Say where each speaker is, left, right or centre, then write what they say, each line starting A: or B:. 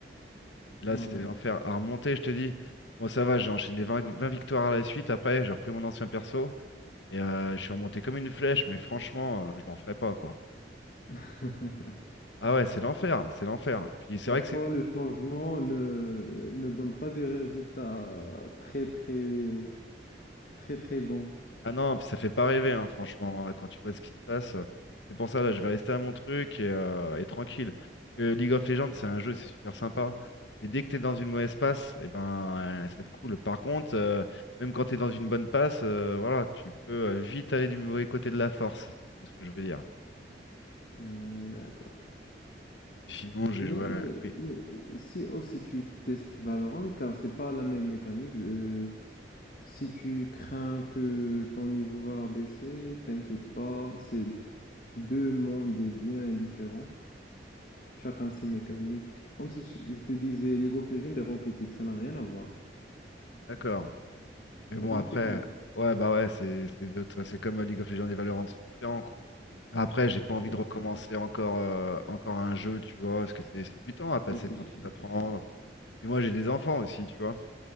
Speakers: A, on the left; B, on the left.
A: Et là,
B: Oh
A: c'était
B: là
A: l'enfer. À remonter, je te dis. Bon, ça va, j'ai enchaîné vingt vingt victoires à la suite. Après, j'ai repris mon ancien perso. Et euh, je suis remonté comme une flèche, mais franchement, euh, je leur ferai pas, quoi.
B: là. <laughs>
A: Ah ouais, c'est l'enfer, c'est l'enfer. Puis c'est vrai
B: Parfois,
A: que c'est...
B: le changement ne, ne donne pas des résultats très, très, très, très bons.
A: Ah non, puis ça fait pas rêver, hein, franchement, hein, quand tu vois ce qui se passe. euh, C'est pour ça, là, je vais rester à mon truc et, euh, et tranquille. Parce que League of Legends, c'est un jeu, c'est super sympa. Mais dès que t'es dans une mauvaise passe, et ben, euh, ça te coule. Par contre, euh, même quand t'es dans une bonne passe, euh, voilà, tu peux euh, vite aller du mauvais côté de la force, si tu vois ce que je veux dire.
B: Ouais, d'accord.
A: Sinon, j'ai
B: Mais,
A: joué... à-
B: mais,
A: Oui,
B: mais si aussi tu testes Valorant, car c'est pas la même mécanique, euh, si tu crains que ton niveau va baisser, t'inquiète pas, c'est deux mondes bien différents, chacun ses mécaniques. Comme si je je te disais League of Legends et Rocket League, ça n'a rien à voir.
A: d'accord. Mais
B: T'as
A: bon,
B: compris
A: après...
B: comment?
A: Ouais, bah ouais, c'est c'est d'autres- c'est comme euh, League of Legends et Valorant sont différents, quoi. Après, j'ai pas envie
B: Ouais,
A: de recommencer
B: voilà.
A: encore, euh, encore un jeu, tu vois, parce que c'est c'est du temps à passer
B: Oui, c'est
A: pour
B: chiant,
A: tout apprendre.
B: c'est chiant.
A: Puis moi, j'ai des enfants aussi, tu vois.